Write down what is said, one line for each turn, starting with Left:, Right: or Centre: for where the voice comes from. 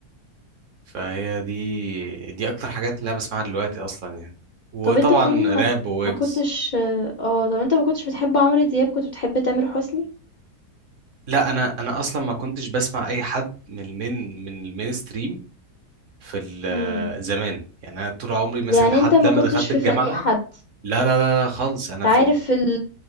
Right: فهي دي دي اكتر حاجات اللي انا بسمعها دلوقتي اصلا يعني وطبعا
Left: طب أنت بتقول ما,
Right: راب وويجز
Left: ما كنتش اه طب أنت ما كنتش بتحب عمرو دياب كنت بتحب تامر حسني
Right: لا انا انا اصلا ما كنتش بسمع اي حد من المين من المين ستريم في ال-
Left: امم
Right: زمان يعني انا طول عمري مثلا
Left: يعني
Right: لحد
Left: أنت ما
Right: لما
Left: كنتش
Right: دخلت
Left: في
Right: الجامعه
Left: فريق حد
Right: لا لا لا لا خالص انا
Left: تعرف
Right: في
Left: ال...